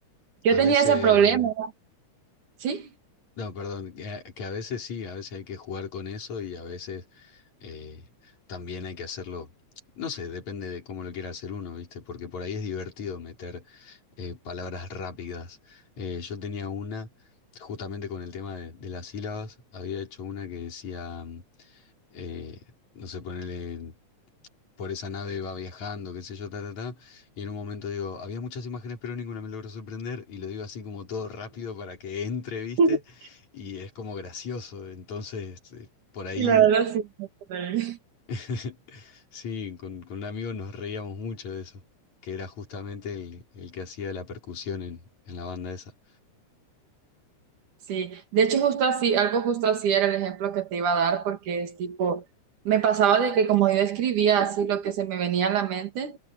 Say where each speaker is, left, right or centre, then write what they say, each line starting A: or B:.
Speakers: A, on the right; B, on the left.
A: yo
B: A
A: tenía
B: veces,
A: ese problema, ¿sí?
B: no, perdón, que a, que a veces sí, a veces hay que jugar con eso y a veces eh, también hay que hacerlo, no sé, depende de cómo lo quiera hacer uno, ¿viste? Porque por ahí es divertido meter eh, palabras rápidas. Eh, yo tenía una, justamente con el tema de, de las sílabas, había hecho una que decía, mm, eh, no sé, ponerle, por esa nave va viajando, qué sé yo, ta, ta, ta. Y en un momento digo, había muchas imágenes, pero ninguna me logró sorprender, y lo digo así como todo rápido para que entre, ¿viste?
A: <laughs>
B: Y es como gracioso, entonces... eh, Por ahí
A: Y la verdad sí. no sé. por qué.
B: <laughs> Sí, con, con un amigo nos reíamos mucho de eso, que era justamente el, el que hacía la percusión en, en la banda esa.
A: Sí, de hecho justo así, algo justo así era el ejemplo que te iba a dar porque es tipo, me pasaba de que como yo escribía así lo que se me venía a la mente,